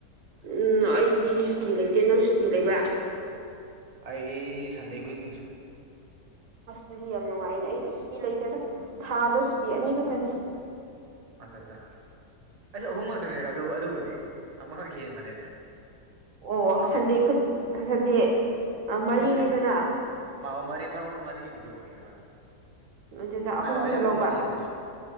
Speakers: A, on the right; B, on the right.
A: ꯎꯝ ꯑꯩꯗꯤ ꯁꯨꯇꯤ ꯂꯩꯇꯦ ꯅꯪ ꯁꯨꯇꯤ ꯂꯩꯕ꯭ꯔꯥ
B: ꯑꯩ ꯁꯟꯗꯦ ꯈꯨꯗꯤꯡ
A: ꯑꯁ ꯑꯗꯨꯗꯤ ꯌꯥꯝ ꯅꯨꯡꯉꯥꯏꯅꯦ ꯑꯩ ꯁꯨꯇꯤ ꯂꯩꯇꯦꯗ ꯊꯥꯗꯣ ꯁꯨꯇꯤ ꯑꯅꯤ ꯈꯛꯇꯅꯤ
B: ꯑ ꯑꯠꯆꯥ ꯑꯩꯁꯨ ꯑꯍꯨꯝ ꯈꯛꯇꯅꯦꯗ ꯑꯗꯨ ꯑꯗꯨꯕꯨꯗꯤ ꯑꯃꯈꯛ ꯍꯦꯟꯕꯅꯦꯗ
A: ꯑꯣ
B: ꯍꯞ
A: ꯁꯟꯗꯦ ꯈꯨꯠ ꯁꯟꯗꯦ
B: ꯁꯟꯗꯦ
A: ꯃꯔꯤꯅꯤꯗꯅ
B: ꯈꯨꯗꯤꯡ ꯃꯥ ꯃꯔꯤ ꯃꯔꯛ ꯃꯔꯛꯗ ꯃꯔꯤꯕꯨꯗꯤ ꯑꯣꯏꯌꯦ ꯍꯣꯏ
A: ꯑꯗꯨꯗ ꯑꯍꯨꯝ
B: ꯑ
A: ꯈꯛꯇ
B: ꯑꯌꯥꯝꯕ
A: ꯂꯧꯕ
B: ꯃꯔꯤ ꯑꯣꯏ